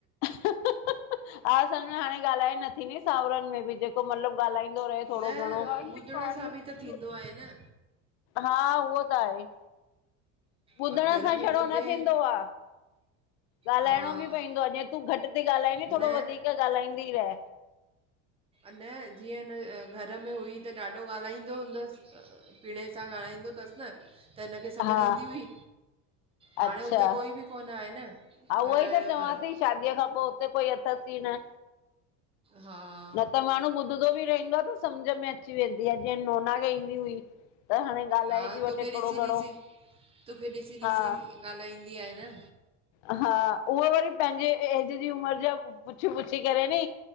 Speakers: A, on the left; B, on the right.
A: हा सम्झ में हाणे ॻाल्हाए न थींदी सावरिन में बि जेको मतलबु ॻाल्हाईंदो हलंधो रहे थोङो
B: न
A: घणो।
B: ॿुधण सां बि त थींदो आहे न।
A: हा उहो त आहे। ॿुधण
B: अ, घर
A: सां
B: में
A: छड़ो
B: ॿुधे
A: न थींदो आ। ॻाल्हाइणो
B: हा
A: बि पवंदो आ जीअ तूं घटि थी ॻाल्हाई नी
B: न
A: थोरो वधीक ॻाल्हाईंदी रह।
B: न जीअं न घर में हुई त ॾाढो ॻाल्हाईंदो हूंदसि पिणे। अस सां ॻाल्हाईंदो अथसि न त हिनखे समझ
A: हा
B: ईंदी हुई। हाणे
A: अच्छा
B: हुते कोई बि कोन आहे न,
A: हा उहो
B: ॻाल्हाइण
A: ई त चवां
B: वारो।
A: थी शादीअ खां पो हुते कोई अथ सी न।
B: हा।
A: न त माण्हू ॿुधंदो बि रहंदो आहे त सम्झ में अची वेंदी आ, जीअं नोना खे। हुई त हाणे ॻाल्हाए
B: हा,
A: थी वठे
B: तोखे
A: थोरो
B: ॾिसी
A: घणो
B: ॾिसी, तोखे ॾिसी
A: हा
B: ॾिसी ॻाल्हाईंदी आहे न।
A: हा, उहो वरी पंहिंजे एज जी उमिर जा पुछी पुछी करे नी